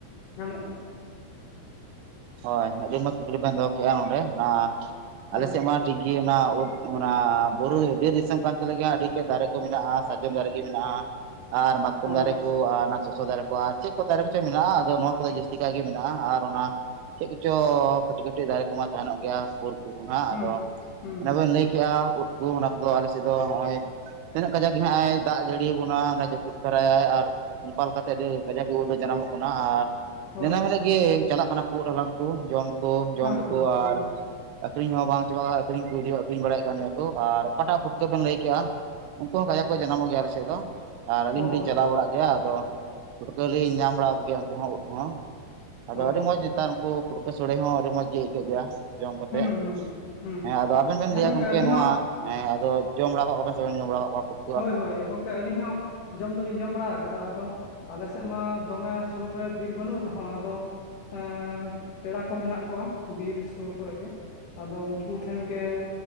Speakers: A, on the left; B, on the right.
A: ᱧᱟᱢᱚᱜᱼᱟ ᱾
B: ᱦᱳᱭ ᱟᱹᱰᱤ ᱢᱚᱡᱽ ᱠᱩᱠᱞᱤ ᱵᱮᱱ ᱫᱚᱦᱚ ᱠᱮᱜᱼᱟ ᱱᱚᱰᱮ ᱾ ᱚᱱᱟ
A: ᱦᱮᱸ
B: ᱟᱞᱮᱥᱮᱫ ᱢᱟ, ᱴᱷᱤᱠ ᱜᱮ ᱚᱱᱟ ᱚᱱᱟ ᱵᱩᱨᱩ ᱵᱤᱨ ᱫᱤᱥᱚᱢ ᱠᱟᱱ ᱛᱟᱞᱮ ᱜᱮᱭᱟ ᱟᱹᱰᱤᱜᱮ ᱫᱟᱨᱮ ᱠᱚ ᱢᱮᱱᱟᱜᱼᱟ ᱥᱟᱨᱡᱚᱢ ᱫᱟᱨᱮ ᱜᱮ ᱢᱮᱱᱟᱜᱼᱟ ᱾ ᱟᱨ ᱢᱟᱛᱠᱚᱢ
A: ᱚ
B: ᱫᱟᱨᱮ ᱚᱱᱟ ᱥᱚᱥᱚ ᱫᱟᱨᱮ ᱠᱚ ᱟᱨ ᱪᱮᱫ ᱠᱚ ᱫᱟᱨᱮ ᱠᱚᱪᱚ ᱢᱮᱱᱟᱜᱼᱟ᱾ ᱟᱫᱚ ᱱᱚᱣᱟ ᱠᱚᱫᱚ ᱡᱟᱹᱥᱛᱤ ᱠᱟᱭ ᱜᱮ ᱢᱮᱱᱟᱜᱼᱟ, ᱟᱨ ᱚᱱᱟ ᱪᱮᱫ ᱠᱚᱪᱚ ᱠᱟᱹᱴᱤᱡ ᱠᱟᱹᱴᱤᱡ ᱫᱟᱨᱮ ᱠᱚᱢᱟ ᱛᱟᱦᱮᱱᱚᱜ ᱜᱮᱭᱟ ᱾ ᱢᱮᱱᱟᱜ ᱟ
A: ᱦᱩᱸ
B: ᱟᱫᱚ
A: ᱦᱩᱸ
B: ᱚᱱᱮ ᱵᱤᱱ ᱞᱟᱹᱭ ᱠᱮᱜᱼᱟ ᱩᱫ ᱠᱚ ᱚᱱᱟ ᱠᱚ ᱟᱞᱮᱥᱮᱫ ᱫᱚ ᱦᱚᱜᱼᱚᱭ, ᱛᱤᱱᱟᱹᱜ ᱠᱟᱡᱟᱠ ᱜᱮ ᱦᱟᱸᱜ ᱮ ᱫᱟᱜ ᱡᱟᱹᱲᱤᱭᱟ ᱟᱵᱚᱱᱟ ᱚᱱᱟ ᱡᱟᱹᱯᱩᱫ ᱛᱟᱨᱟᱭᱟᱭ ᱟᱨ ᱚᱱᱠᱟ ᱞᱮᱠᱟᱛᱮ ᱠᱟᱡᱟᱠ ᱜᱮ ᱩᱫ ᱡᱟᱱᱟᱢᱚᱜ ᱠᱟᱱᱟ ᱟᱨ,
A: ᱦᱳᱭ
B: ᱫᱤᱱᱟᱹᱢ ᱦᱤᱞᱳᱜ ᱜᱮ ᱪᱟᱞᱟᱜ ᱠᱟᱱᱟ ᱠᱚ ᱩᱫ ᱦᱟᱞᱟᱝ ᱠᱚ ᱡᱚᱢᱠᱚ ᱡᱚᱢᱫᱟᱠᱚ
A: ᱦᱮᱸ ᱦᱮᱸ ᱦᱮᱸ
B: ᱟᱨ, ᱟᱹᱷᱨᱤᱧ ᱦᱚᱸ ᱵᱟᱝ ᱪᱟᱵᱟᱜᱼᱟ ᱟᱹᱠᱷᱨᱤᱧ ᱠᱚ ᱟᱹᱠᱷᱨᱤᱧ ᱵᱟᱲᱟᱭᱮᱫ ᱠᱟᱱ ᱜᱮᱭᱟ, ᱠᱚ ᱟᱨ ᱚᱠᱟᱴᱟᱜ ᱯᱷᱩᱴᱠᱟᱹ ᱵᱮᱱ ᱞᱟᱹᱭ ᱠᱮᱜ ᱟ ᱠᱮᱜᱼᱟ? ᱩᱱᱠᱩ ᱦᱚᱸ ᱠᱟᱡᱟᱠ ᱠᱚ ᱡᱟᱱᱟᱢᱚᱜ ᱜᱮᱭᱟ ᱟᱞᱮ ᱥᱮᱫ ᱫᱚ ᱾ ᱟᱨ ᱟᱹᱞᱤᱧ
A: ᱚ
B: ᱦᱚᱞᱤᱧ ᱪᱟᱞᱟᱣ ᱵᱟᱲᱟᱜ ᱜᱮᱭᱟ ᱟᱫᱚ, ᱯᱩᱴᱠᱟᱹ ᱞᱤᱧ ᱧᱟᱢ ᱵᱟᱲᱟ ᱠᱚᱜᱮᱭᱟ ᱩᱱᱠᱩ ᱦᱚᱸ ᱩᱫ ᱠᱚᱦᱚᱸ ᱾ ᱟᱫᱚ
A: ᱚ
B: ᱟᱹᱰᱤ ᱢᱚᱸᱡᱽ ᱱᱮᱛᱟᱨ ᱩᱱᱠᱩ ᱯᱩᱴᱠᱟᱹ ᱥᱳᱲᱮ ᱦᱚᱸ ᱟᱹᱰᱤ ᱢᱚᱸᱡᱽ ᱜᱮ ᱟᱹᱭᱠᱟᱹᱜ ᱜᱮᱭᱟ ᱾ ᱡᱚᱢ ᱠᱟᱛᱮ,
A: ᱦᱩᱸ ᱦᱩᱸ ᱦᱩᱸ
B: ᱦᱮᱸ ᱟᱫᱚ ᱟᱵᱮᱱ ᱵᱮᱱ
A: ᱦᱮᱸ
B: ᱞᱟᱹᱭᱟ
A: ᱜᱚᱝᱠᱮ
B: ᱜᱚᱢᱠᱮ
A: ᱟᱹᱞᱤᱧ
B: ᱱᱚᱣᱟ
A: ᱦᱚᱸ
B: ᱦᱮᱸ ᱟᱫᱚᱼᱼ ᱡᱚᱢ ᱵᱟᱲᱟ ᱠᱟᱜ ᱠᱚᱣᱟ ᱥᱮᱵᱮᱱ ᱵᱟᱵᱤᱱ ᱡᱚᱢ ᱵᱟᱲᱟ ᱠᱟᱜ ᱠᱚᱣᱟ ᱯᱩᱴᱼᱼ
A: ᱦᱳᱭ ᱦᱳᱭ, ᱜᱚᱢᱠᱮ ᱟᱹᱞᱤᱧ ᱦᱚᱸ ᱡᱚᱢ ᱫᱚᱞᱤᱧ ᱡᱚᱢ ᱵᱟᱲᱟ ᱟᱠᱟᱫᱟ ᱟᱫᱚᱼᱼ ᱟᱞᱮ ᱥᱮᱫ ᱢᱟ ᱫᱚᱢᱮ ᱥᱩᱨ ᱨᱮ ᱵᱤᱨ ᱵᱟᱹᱱᱩᱜ ᱨᱮᱦᱚᱸ ᱟᱫᱚᱼᱼ ᱮᱻ ᱯᱮᱲᱟ ᱠᱚ ᱢᱮᱱᱟᱜ ᱠᱚᱣᱟ ᱵᱤᱨ ᱥᱩᱨ ᱠᱚᱨᱮ ᱜᱮ ᱾ ᱟᱫᱚ ᱩᱱᱠᱩ ᱴᱷᱮᱱ ᱜᱮ